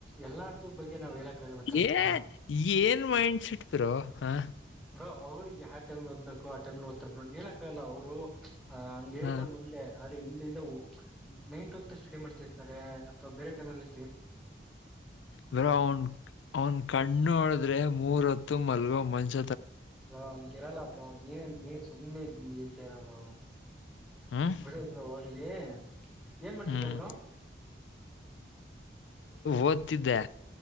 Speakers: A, in the centre; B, on the left.
A: ಎಲ್ಲ್ ಅ ಬಗ್ಗೆ ನಾವ್ ಹೇಳಕ್ ಆಗಲ್ಲ ಕರೆಕ್ಟಾ
B: ಏ ಏನ್ ಮೈಂಡ್ ಸೆಟ್ ಬ್ರೋ ಹಾ
A: ಬ್ರೋ ಅವ್ರಿಗೆ ಯಾವ ಟೈಮ್ ಓದ್ಬೇಕು ಆ ಟೈಮ್ ಓದ್ತಾರ ಬ್ರೋ ಹೇಳಕ್ಕ ಆಗಲ್ಲ ಅವ್ರು ಹ ಹಂಗೆ ಹೇಳ್ತರಿ
B: ಹಾ.
A: ಮುಂದೆ ಆದ್ರೆ ಹಿಂದಿದ ನೈಟ್ ಹೊತ್ತು ಸ್ಟಡಿ ಮಾಡ್ತಿರ್ತಾರೆ ಅಥವಾ ಬೇರೆ ಟೈಮಲಿ
B: ಬರ ಅವನ್ ಅವನ್ ಕಣ್ಣು ನೋಡಿದ್ರೆ ಮೂರ ಹೊತ್ತು ಮಲಗು ಮಂಚ
A: ಅರೋಗೆರಲ್ಲ ಬರೋ ನೀನು ನೀನು ಸಂದೆ ಹಳ್ತೇರರ
B: ಹ್ಮ್
A: ಬಿಡುಬ್ರ ಹೋಗ್ಲಿ ಏನ್ ಮಾಡ್ತಿದ್ದ
B: ಹ್ಮ್
A: ಬ್ರೋ
B: ಓದ್ತ್ದೆ